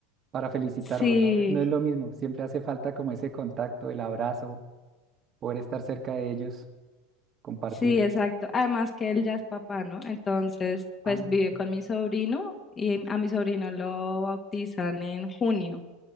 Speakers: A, on the right; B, on the left.
A: para felicitarlo,
B: Sí.
A: ¿no? No es lo mismo. Siempre hace falta como ese contacto, el abrazo, poder estar cerca de ellos, compartir.
B: Sí, exacto. Además que él ya es papá, ¿no? Entonces, pues
A: Ah,
B: vive
A: ok.
B: con mi sobrino y a mi sobrino lo bautizan en junio.